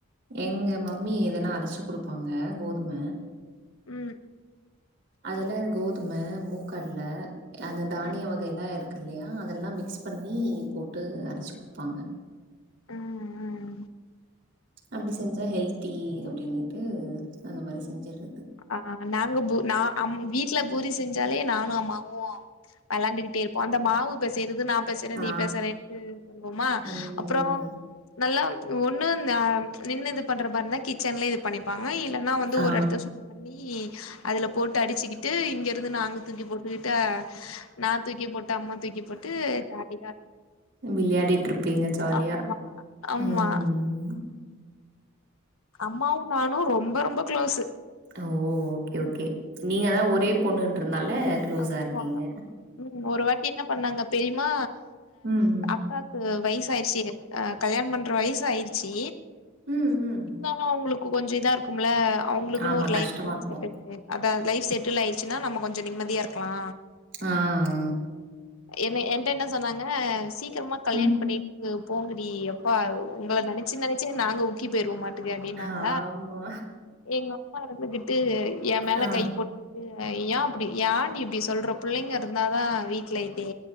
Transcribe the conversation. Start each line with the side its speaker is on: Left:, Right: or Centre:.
Right: எங்க மம்மி எதன்னா அரைச்சு குடுப்பாங்க கோதும
Left: ம்
Right: அதுல கோதும மூக்கடல அந்த தானிய
Left: ம்
Right: வகையல்லா இருக் கில்லையா அதெல்லா மிக்ஸ் பண்ணி போட்டு அரைச்சு குடுப்பாங்க
Left: ம் ம்
Right: அப்டி செஞ்சா ஹெல்தி அப்டின்னுட்டு அந்த மாரி செஞ்சரது
Left: ஆ நாங்க பூ நா அம் வீட்ல பூரி செஞ்சாலே நானு அம்மாவு வேளாண்டுக்கிட்டே இருப்போ அந்த மாவு பேசையறது நா நா பேசய்ற
Right: ஆ.
Left: நீ பேசய்ற எனக்கு சொல்லுவோமா
Right: ம்.
Left: அப்றோ நல்லா ஒன்னு இந்த ஆ நின்னு இது பண்ற மாருந்தா கிச்சன்ல பண்ணிப்பாங்க இல்லன்னா வந்து
Right: ஆ.
Left: ஒரு எடத்த சுத்த பண்ணி அதுல போட்டு அடிச்சுக்கிட்டு இருந்து நா அங்க தூக்கி போட்டுக்கிட்டு நா தூக்கி போட்டு அம்மா தூக்கி போட்டு ஜாலியா
Right: விளையாடிட்டுருப் பபீங்க ஜாலியா
Left: ஆமா ஆமா
Right: ம்
Left: அம்மாவு நானு ரொம்ப ரொம்ப க்ளோஸு
Right: ஓ ஓகே ஓகே நீங்கதா ஒரே பொண்ணுன்றனால க்ளோஸா
Left: ஆம்மா
Right: இருக்கீங்க.
Left: ம் ஒரு வாட்டி என்ன பண்ணாங்க பெரியமா
Right: ம் ம்
Left: அக்காக்கு வயசயிடுச்சு அ கல்யாணோ பண்ற வயசாயிடுச்சு
Right: ம், ம்.
Left: இருந்தா லு அவங்களுக்கு கோஞ்சோ இதா இருக்குமில்ல அவங்களுக்குன்னு
Right: ஆமா,
Left: ஒரு
Right: கஷ்டமா
Left: லைஃப்
Right: இருக்கும்.
Left: செட்டல்ன்னு அத லைஃப் செட்டல் ஆயிடுச்சுன்னா நம்ம கொஞ்சோ நிம்மதியா இருக்கலா
Right: ஆ அ
Left: என்ன என்ட்ட என்ன சொன்னாங்க சீக்கிரமா கல்யாணம்
Right: ம்.
Left: பண்ணிட்டு போங்கடி எப்பா உங்களை நெனைச்சு நெனைச்சே நாங்க ஊக்கி போயிருவோம்மாட் டாக்கே அப்டின்னாங்களா
Right: ஆமா.
Left: எங்க அப்பா இருந்துகிட்டு எ மேல
Right: ஆ.
Left: கை போட்டுகிட்டு ஏன் அப்டி எ இப்டி சொல்ற புள்ளைங்க இருந்தாதா வீட்டுல டே